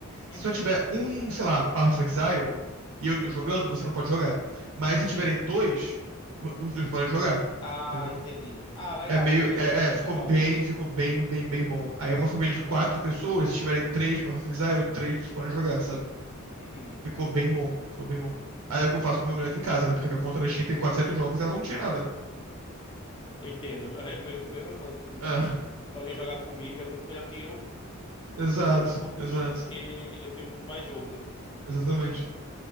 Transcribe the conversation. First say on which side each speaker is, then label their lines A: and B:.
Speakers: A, on the left (about 25°); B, on the right (about 75°).
A: Uhum,
B: Se só tiver
A: uhum.
B: um, sei lá, Path of Exile e eu tô jogando, você não pode jogar. Mas se
A: Sim.
B: tiverem dois, os dois podem jogar.
A: Ah,
B: Entendeu?
A: entendi. Ah, legal,
B: É meio.
A: melhorou
B: É,
A: muito,
B: é, ficou
A: então.
B: bem, ficou bem, bem, bem bom. Aí é uma família de quatro pessoas, se tiverem três Path of Exile, três vocês podem jogar, sabe?
A: Uhum.
B: Ficou bem bom. Ficou bem bom. Aí é o que eu faço com minha mulher aqui em casa, né? Porque minha conta na Steam tem 400 jogos e ela não tinha nada, né?
A: Eu entendo. <laughs> É a me- mesma coisa comigo.
B: É,
A: Se fosse pra alguém jogar comigo, é muito melhor que eu.
B: exato,
A: <laughs> Eu compro
B: exato,
A: o jogo porque eu tenho muito mais jogo.
B: exatamente.